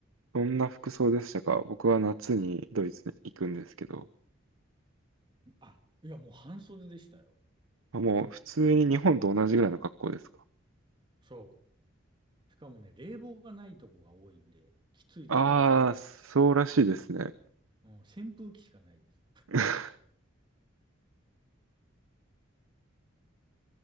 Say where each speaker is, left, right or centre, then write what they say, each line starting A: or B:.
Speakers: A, on the right; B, on the right.
A: どんな服装でしたか僕は夏にドイツに行くんですけど、
B: あ、いや、もう半袖でしたよ。
A: あもう普通に日本と同じぐらいの格好ですか
B: そう。しかもね、冷房がないとこが多いんで、きついかも。
A: ああー、そうらしいですね。
B: うん、扇風機しかないです。
A: <laughs>